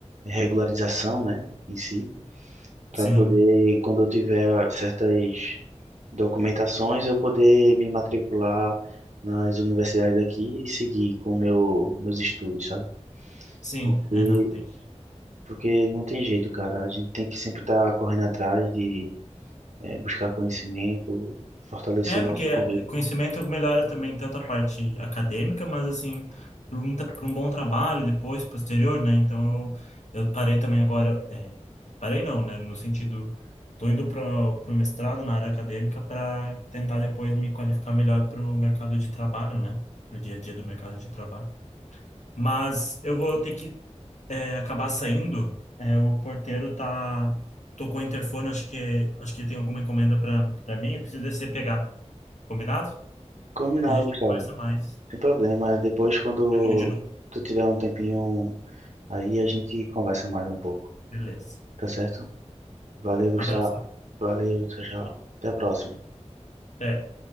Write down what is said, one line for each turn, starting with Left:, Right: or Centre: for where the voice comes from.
Right: regularização, né, em si, para
Left: Sim,
Right: poder, quando eu tiver certas documentações, eu poder me matricular nas universidades daqui e seguir com meu, meus estudos, sabe?
Left: sim.
Right: Porque
Left: É, não tem.
Right: Porque não tem jeito, cara. A gente tem que sempre estar correndo atrás de eh, buscar conhecimento, fortalecer
Left: É,
Right: o
Left: porque
Right: nosso
Left: eh,
Right: currículo.
Left: conhecimento melhora também tanto a parte acadêmica, mas assim, para um, tra- pra um bom trabalho depois, posterior, né? Então eu, eu parei também agora, é, parei não, né? No sentido, tô indo para o mestrado na área acadêmica para tentar depois me qualificar melhor para o mercado de trabalho, né? Para o dia a dia do mercado de trabalho. Mas eu vou ter que é, acabar saindo, é, o porteiro tá tocou o interfone, acho que acho que tem alguma encomenda para para mim, eu preciso descer e pegar. Combinado?
Right: Combinado,
Left: A gente
Right: Gustavo.
Left: conversa mais
Right: Sem problema. Depois, quando
Left: comigo de novo.
Right: tu tiver um tempinho aí, a gente conversa mais um pouco.
Left: Beleza.
Right: Tá certo? Valeu, Gustavo.
Left: Abração.
Right: Valeu, tchau, tchau. Até a próxima.
Left: Até.